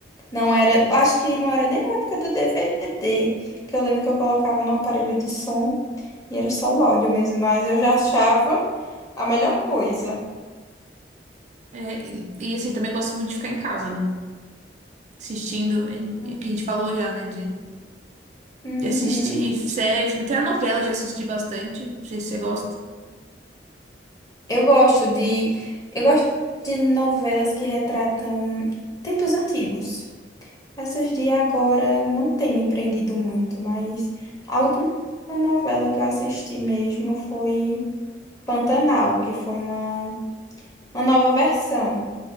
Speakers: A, on the left (about 20°); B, on the right (about 40°).
A: Não era, acho
B: Nossa,
A: que
B: é.
A: não era nem na época do DVD, que eu lembro que eu colocava no aparelho de som e era só o áudio mesmo, mas eu já achava a melhor coisa.
B: É, e, e assim, também gosto muito de ficar em casa, né? Assistindo, é,
A: Hum.
B: é que a gente falou já, né? De,
A: Uhum.
B: de assistir série, filme, até a novela eu já assisti bastante. Não sei se você gosta.
A: Eu gosto de, eu gosto de novelas que retratam tempos antigos. Essas de agora não tem me prendido muito, mas a última novela que eu assisti mesmo foi Pantanal, que foi uma, uma nova versão.